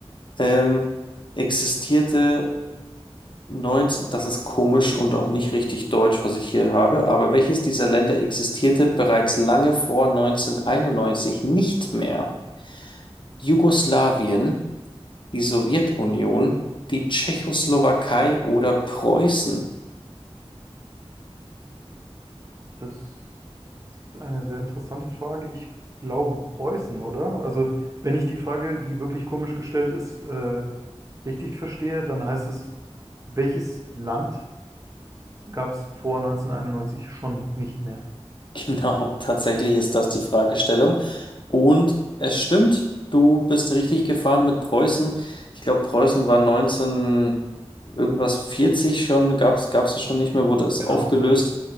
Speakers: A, on the left; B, on the right.
A: ähm, existierte 19, das ist komisch und auch nicht richtig deutsch, was ich hier habe, aber welches dieser Länder existierte bereits lange vor 1991 nicht mehr? Jugoslawien, die Sowjetunion, die Tschechoslowakei oder Preußen?
B: Das ist eine sehr interessante Frage. Ich glaube Preußen, oder? Also, wenn ich die Frage, die wirklich komisch gestellt ist, äh, richtig verstehe, dann heißt es, welches Land gab es vor 1991 schon nicht mehr?
A: <laughs> Genau, tatsächlich ist das die Fragestellung. Und es stimmt, du bist richtig gefahren mit Preußen. Ich glaube, Preußen war 19 irgendwas 40 schon, gab's gab's es schon nicht mehr, wurde es
B: Genau,
A: aufgelöst.
B: ja,